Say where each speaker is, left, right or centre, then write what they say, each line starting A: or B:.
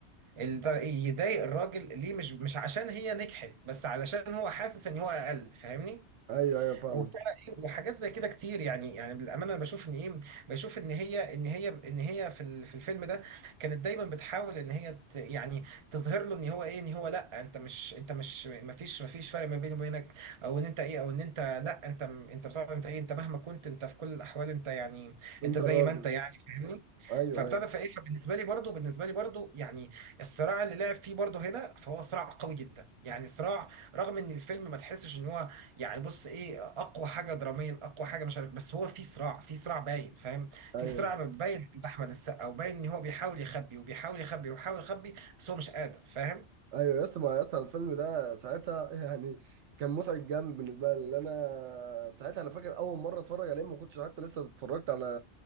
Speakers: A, on the right; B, on the right.
A: ال- يضايق الراجل ليه مش مش عشان هي نجحت بس علشان هو حاسس ان هو اقل فاهمني
B: ايوه ايوه فاهم
A: وبتاع ايه وحاجات زي كده كتير يعني يعني بالامانه انا بشوف ان ايه بشوف ان هي ان هي ان هي في ال- في الفيلم ده كانت دايما بتحاول ان هي ت- يعني تظهر له ان هو ايه ان هو لا انت مش انت مش ما فيش ما فيش فرق ما بيني وبينك او ان انت ايه او ان انت لا انت م- انت بتاع انت ايه انت مهما كنت انت في كل الاحوال انت يعني
B: انت
A: انت زي
B: الراجل
A: ما انت يعني فاهمني
B: ايوه
A: فابتدى
B: ايوه
A: فايه فبالنسبه لي برضو بالنسبه لي برضو يعني الصراع اللي لعب فيه برضو هنا فهو صراع قوي جدا يعني صراع رغم ان الفيلم ما تحسش ان هو يعني بص ايه اقوى حاجه دراميا اقوى حاجه مش عارف بس هو في صراع في صراع باين فاهم
B: ايوه
A: في صراع باين عند احمد السقا وباين ان هو بيحاول يخبي وبيحاول يخبي وبيحاول يخبي بس هو مش قادر فاهم
B: ايوه يس ما يس الفيلم ده ساعتها <laughs> يعني كان متعب جامد بالنسبه لي لأن انا ساعتها انا فاكر اول مره اتفرج عليه ما كنتش حتى لسه اتفرجت على